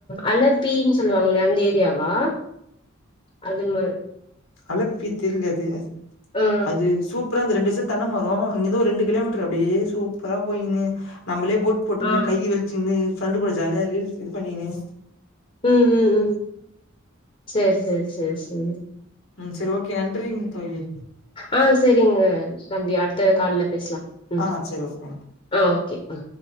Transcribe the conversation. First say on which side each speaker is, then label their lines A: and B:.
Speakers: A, on the left; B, on the left.
A: அலப்பீன் சொல்லுவாங்லே அந்த ஏரியாவா அது மார்
B: அலப்பி தெரில அது
A: ஆ
B: அது சூப் ப்ற அந்த ரெண்டு செ தென்ன மரோ அங்கிருந்து ஒரு ரெண்டு கிலோமீட்டர் அப்டியே சூப்பரா போயின்னு நம்மளே போட் போட்டுக்குன்னு
A: ஆ
B: கையி வழிச்சின்னு ஃப்ரெண்டு கூட ஜாலியா ரீல்ஸ் இது பண்ணின்னு
A: ம் ம் ம் சேரி செரி செர் செரி
B: ம் சரி ஓகே நன்றிங்க தோழியே
A: ஆ சரிங்க தம்பி அடுத்த கால்ல பேஸ்லா ம்
B: ஆ சரி ஓகே
A: ஆ ஓகே அ